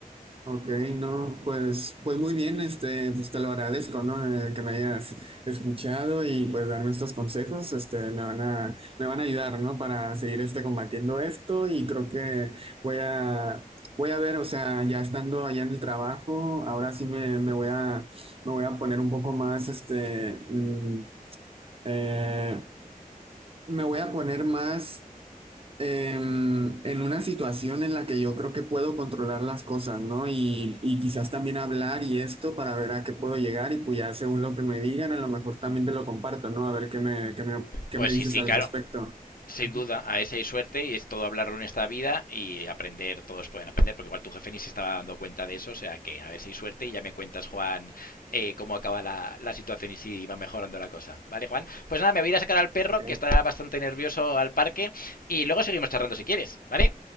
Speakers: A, on the right; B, on the left.
A: Ok, no, pues, pues muy bien, este, pues te lo agradezco, ¿no? Eh, que me hayas escuchado y pues darme estos consejos, este, me van a, me van a ayudar, ¿no? Para seguir este combatiendo esto y creo que voy a, voy a ver, o sea, ya estando allá en el trabajo, ahora sí me, me voy a, me voy a poner un poco más, este, mm, eh, me voy a poner más em, en una situación en la que yo creo que puedo controlar las cosas, ¿no? Y, y quizás también hablar y esto para ver a qué puedo llegar y pues ya según lo que me digan, a lo mejor también te lo comparto, ¿no? A ver qué me, qué me, qué
B: Pues
A: me dices
B: sí, sí,
A: al
B: claro.
A: respecto.
B: Sin
A: Ujú.
B: duda, a ese hay suerte y es todo hablarlo en esta vida y aprender, todos pueden aprender, porque igual tu jefe ni se estaba dando cuenta de eso, o sea que a ver si hay suerte y ya me cuentas, Juan, eh, cómo acaba la, la situación y si va mejorando la cosa. ¿Vale, Juan? Pues nada, me voy a ir a sacar al perro,
A: Ok.
B: que está bastante nervioso al parque, y luego seguimos charlando si quieres, ¿vale?